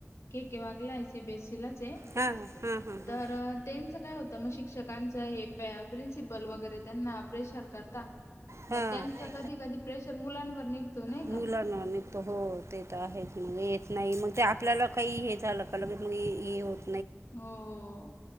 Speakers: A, on the left; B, on the right.
A: के के वागलाय सि बे सिलाचे
B: हां हां हां हां
A: तर, त्यांचं काय होतं मग शिक्षकांचं हे प्रिन्सिपल वगैरे त्यांना प्रेशर करता.
B: हां
A: मग त्यांचा कधी कधी प्रेशर मुलांवर नाही.
B: मुलाना
A: का
B: तर हो ते तर आहेच मग येत नाही मग ते आपल्याला काही हे झालं का? कल हो <unintelligible>
A: हो हो